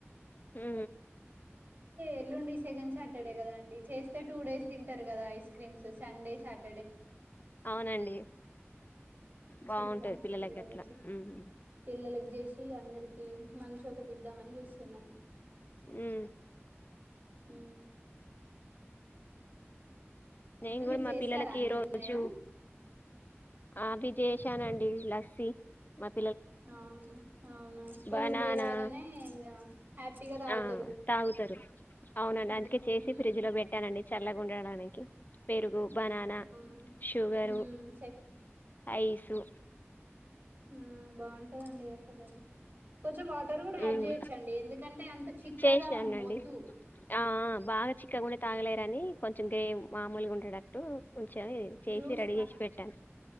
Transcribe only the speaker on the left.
హు
అవునండి బాగుంటది
అట్లా ఉహు
ఆ
నిను కూడా
మా
పిల్లలకి
ఈ రోజు
ఆవి చెసానండి ఇలాంటి మస్త్
బనానా
ఆ తాగుతారు అవునండి
అందుకే చేసి
ఫ్రిడ్జ్ లో పెట్టానండి చల్లగ ఉండడానికి పెరుగు బనానా
షుగరు
ఐసు
ఉమ్
చేసానండి
ఆ ఆ బాగా చిక్కగుంటే తాగలేరని కొంచెం గ్రేమ్ మామూలుగా ఉండేటట్టు కొంచెం చేసి
రెడీ చేసి పెట్టాను